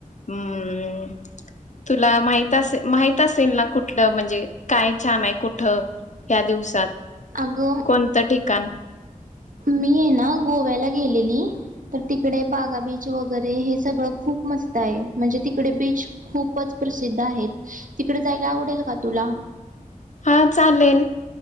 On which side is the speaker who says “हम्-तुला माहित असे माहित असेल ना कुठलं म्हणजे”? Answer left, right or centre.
Left